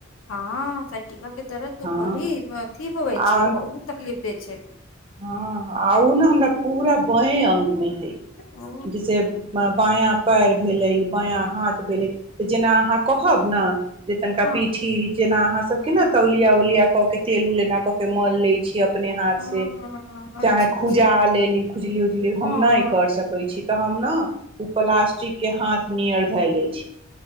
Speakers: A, on the left (about 85°); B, on the right (about 25°).
A: हँ साइकिका के दरद तऽ
B: हँ
A: बड़ीअथी होइ छै
B: आ
A: बहुत तकलीफ दय छै
B: हँ आ ओ ने हमरा पूरा बांय अंगमे
A: ओ
B: से बांया पैर भेलय बयां हाथ भेलय जेना अहाँ कहब न जे तनिका
A: हँ
B: पीठी जेना अहाँ सब के न ने तौलिया उलिया क के तेल उ लऐना क के मल ले छी के अपने हाथ
A: हँ
B: से चाहे
A: अच्छा
B: खूजा
A: अच्छा
B: लेली खुजली उजली
A: हँ
B: हम नहि
A: हँ
B: कर सकैत छी तऽ हम ने ओ प्लास्टिक के हाथ नियर धै ले छी